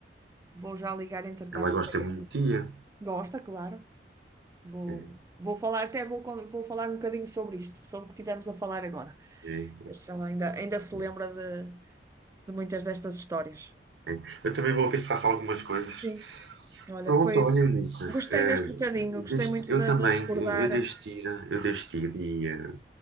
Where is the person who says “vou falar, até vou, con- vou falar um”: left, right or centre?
Right